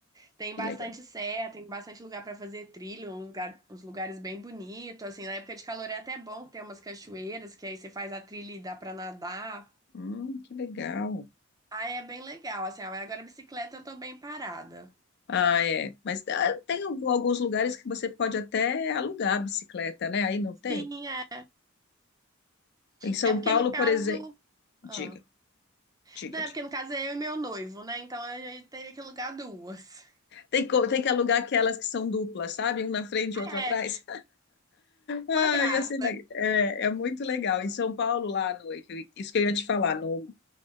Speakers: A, on the right; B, on the left.
A: Tem
B: Que
A: bastante
B: legal.
A: serra, tem bastante lugar para fazer trilha, um lugar- uns lugares bem bonitos. Assim, na época de calor é até bom ter umas cachoeiras, que aí você faz a trilha e dá para nadar.
B: Hum, que legal.
A: Ah, é bem legal. Assim, agora a bicicleta eu tô bem parada.
B: Ah, é. Mas ah, tem algum- alguns lugares que você pode até alugar a bicicleta, né? Aí não tem?
A: Sim, é.
B: Em São
A: É porque
B: Paulo,
A: no caso.
B: por exemplo. Diga,
A: Ah.
B: diga,
A: Não, é
B: diga.
A: porque no caso é eu e meu noivo, né? Então a gente teria que alugar duas. <laughs>
B: Tem, co- tem que alugar aquelas que são duplas, sabe? Um na frente e outro
A: É,
B: atrás. Ai,
A: uma graça.
B: ia é, é muito legal. Em São Paulo, lá no. Isso que eu ia te falar, no